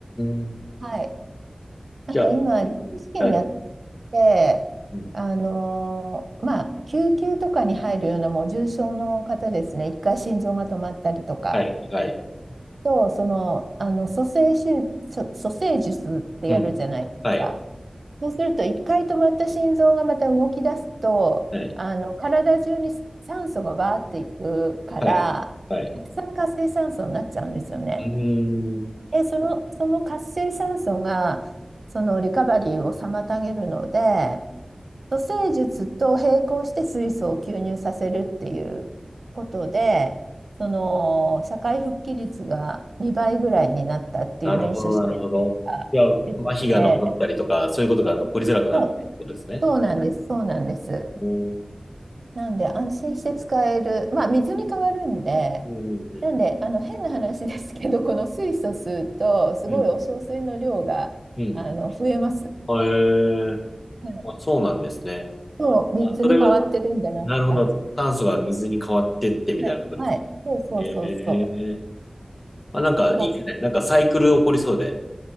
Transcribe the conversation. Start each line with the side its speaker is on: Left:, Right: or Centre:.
Left: ーん
Right: はい。なんか今、
Left: じゃあ、
Right: 臨床試験やっ
Left: はい。
Right: て、
Left: うん
Right: あのーまあ、救急とかに入るようなもう重症の方ですね、一回心臓が止まったりとか、
Left: はい。はい。
Right: と、その、あの、蘇生手術、蘇蘇生術ってやるじゃないですか。
Left: うん。はい。
Right: そうすると、一回止まった心臓がまた動き出すと、
Left: はい。
Right: あの、体中に酸素がわーっていくから、
Left: はいはい。はい
Right: たくさん活性酸素になっちゃうんですよね。
Left: うーん。
Right: で、その、その活性酸素が、そのリカバリーを妨げるので、蘇生術と並行して水素を吸入させるっていうことで、その社会復帰率が2倍ぐらいになったっていう臨床試験の結果が出てきて、
Left: なるほど、なるほど。いや、麻痺が残ったりとか、そういうことが残りづらくなったりってことですね。
Right: そう、そうなんです、そうなんです。
Left: おー
Right: なんで安心して使える、まあ水に変わるんで、
Left: うん、うん、
Right: なんであの変な話ですけど、この水素吸うと、すごいお小水の量があの増えます。
Left: うん、うん。へえ。
Right: はい
Left: あ、そうなんですね。
Right: そう、水に変わってるんだなって感じ。
Left: あ、それは、なるほど。炭素が水に変わってってみたいなことですか。
Right: はい、はい、そうそうそうそう、
Left: へえ。あ、なんかいいですね。
Right: すごい、
Left: なんかサイクル起こりそうで。